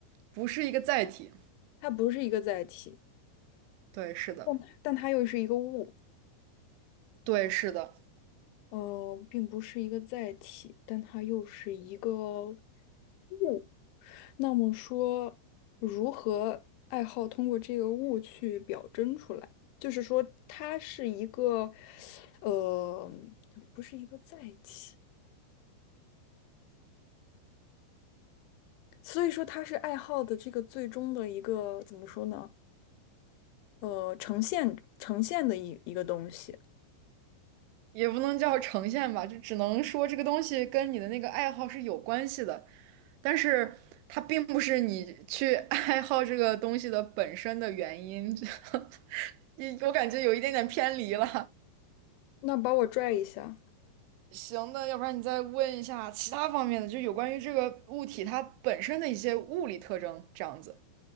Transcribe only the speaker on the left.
它不是一个载体，
但但它又是一个物，
呃，并不是一个载体，但它又是一个物。那么说，如何爱好通过这个物去表征出来？就是说，它是一个，呃，不是一个载体。所以说它是爱好的这个最终的一个怎么说呢？呃，呈现呈现的一一个东西。
那把我拽一下，